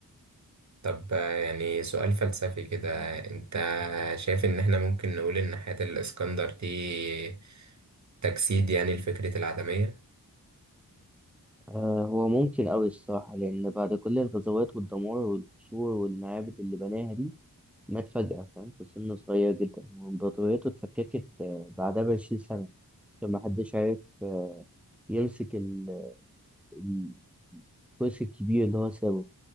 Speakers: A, on the right (about 45°); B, in the centre.
A: طب آه، يعني سؤال فلسفي كده أنت شايف إن إحنا ممكن نقول إن حياة الإسكندر دي تجسيد يعني لفكرة العدمية؟
B: آه، هو ممكن أوي الصراحة لأن بعد كل الغزوات والدمار والقصور والمعابد اللي بناها دي مات فجأة فاهم في سن صغير جدا وإمبراطوريته اتفككت آه، بعدها بعشرين سنة عشان محدش عارف آه، يمسك ال- ال- الكرسي الكبير اللي هو سابه